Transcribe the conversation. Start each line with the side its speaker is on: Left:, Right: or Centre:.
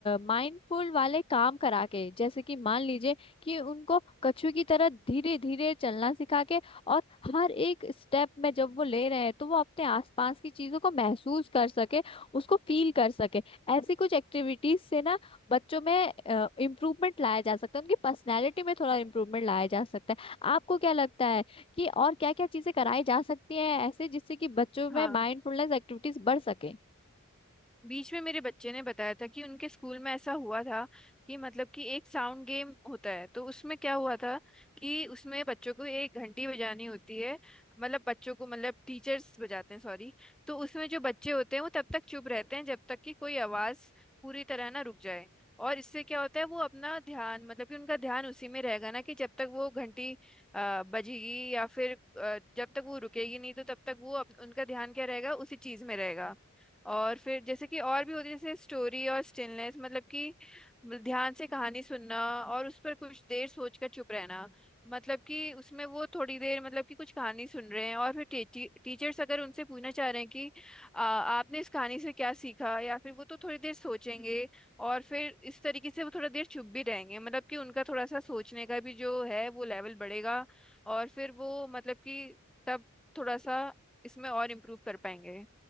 Left: माइंडफुल वाले काम करा के जैसे कि मान लीजिए कि उनको कछुए की तरह धीरे धीरे चलना सिखा के और हर एक स्टेप में जब वो ले रहे हैं तो वो अपने आसपास की चीजों को महसूस कर सके उसको फील कर सके ऐसी कुछ एक्टिविटीज से ना बच्चों में इम्प्रूवमेंट लाया जा सकता है उनकी पर्सनैलिटी में थोड़ा इम्प्रूवमेंट लाया जा सकता है आपको क्या लगता है कि और क्या क्या चीजें कराई जा सकती हैं ऐसे जिससे कि बच्चों में
Centre: हाँ
Left: माइंडफुलनेस एक्टिविटीज बढ़ सके
Centre: बीच में मेरे बच्चे ने बताया था कि उनके स्कूल में ऐसा हुआ था कि मतलब कि एक साउंड गेम होता है तो उसमें क्या हुआ था कि उसमें बच्चों को एक घंटी बजानी होती है मतलब बच्चों को मतलब टीचर्स बजाते हैं सॉरी तो उसमें जो बच्चे होते हैं वो तब तक चुप रहते हैं जब तक कि कोई आवाज पूरी तरह ना रुक जाए और इससे क्या होता है वो अपना ध्यान मतलब कि उनका ध्यान उसी में रहेगा ना कि जब तक वो घंटी अ, बजेगी या फिर अ, जब तक वो रुकेगी नहीं तो तब तक वो अप, उनका ध्यान क्या रहेगा उसी चीज में रहेगा और फिर जैसे कि और भी होती है जैसे स्टोरी और स्टिलनेस मतलब कि ध्यान से कहानी सुनना और उस पर कुछ देर सोचकर चुप रहना मतलब कि उसमें वो थोड़ी देर मतलब कि कुछ कहानी सुन रहे हैं और फिर टी, टी, टीचर्स अगर उनसे पूछना चाह रहे हैं कि आ, आपने इस कहानी से क्या सीखा या फिर वो तो थोड़ी देर सोचेंगे और फिर इस तरीके से वो थोड़ा देर चुप भी रहेंगे मतलब कि उनका थोड़ा सा सोचने का भी जो है वो लेवल बढ़ेगा और फिर वो मतलब कि तब थोड़ा सा इसमें और इम्प्रूव कर पाएंगे